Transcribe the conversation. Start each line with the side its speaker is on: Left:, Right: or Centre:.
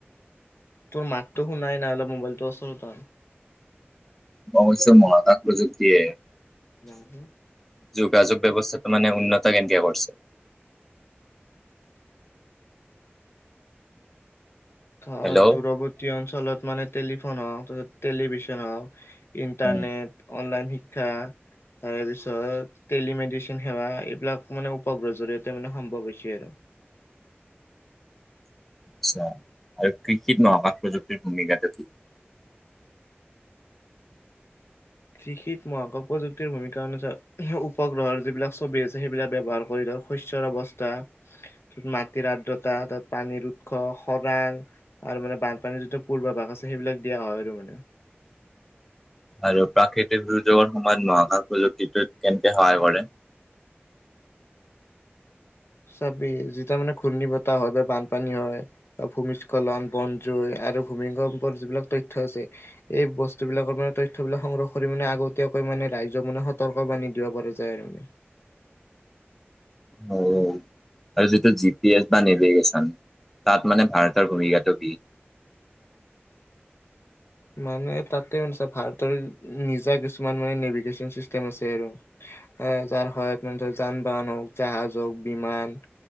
Left: তোৰ মাতটো শুনাই নাই অলপ মোবাইলটো ওচৰত আন।
Centre: মই কৈছো মহাকাশ প্ৰযুক্তিয়ে
Left: আন
Centre: যোগাযোগ ব্যৱস্থাটো মানে উন্নত কেন্কে কৰ্ছি?
Left: ধৰ
Centre: হেল্ল'
Left: দূৰৰ্ৱ তী অঞ্চলত মানে টেলিফোন হওক তাৰপিছত টেলিভিশন হওক ইণ্টাৰনেট,
Centre: উম
Left: অনলাইন শি ক্ষা তাৰ পিছত টেলিমেডিচিন সেৱা এইবিলাক মানে উপগ্ৰহৰ জৰিয়তে মানে সম্ভৱ হৈছে আৰু।
Centre: আচ্ছা আৰু কৃষিত মহাকাশ প্ৰযুক্তিৰ ভূমিকাটো কি?
Left: কৃষিত মহাকাশ প্ৰযুক্তিৰ ভূমিকা অনুযায়ী উপগ্ৰহৰ যিবিলাক ছবি আছে সেইবিলাক ব্যৱহাৰ কৰি লও। শস্যৰ অৱস্থা, ত মাটিৰ আৰ্দ্ৰতা, তাত পানীৰ উৎস খৰাং। আৰু মানে বানপানীৰ যিটো পূৰ্বভাগ আছে, সেইবিলাক দিয়া হয় আৰু মানে।
Centre: আৰু প্ৰাকৃতিক দুৰ্যোগৰ সময়ত মহাকাশ প্ৰযুক্তিটোত কেনেকে সহায় কৰে?
Left: চাবি যেতিয়া মানে ঘূৰ্ণি বতাহ হয় বা বানপানী হয়। ভূমিস্খলন, বনজুই আৰু ভূমিকম্পৰ যিবিলাক তথ্য আছে। এই বস্তু বিলাকৰ মানে তথ্যবিলাক সংগ্ৰহ কৰি মানে আগতীয়াকৈ মানে ৰাইজক মানে সতৰ্কবাণী বানি দিব পাৰে। যায় আৰু মানে।
Centre: হয়। আৰু যিটো জি পি এছ বা নেভিগেশ্বন তাত মানে ভাৰতৰ ভূমিকাটো কি?
Left: মানে তাতে মানে ভাৰতৰ নিজা কিছুমান মানে নেভিগেশ্বন চিষ্টেম আছে আৰু। এ যাৰ হয় ধৰক যান-বাহন হওক, জাহাজ হওক, বিমান।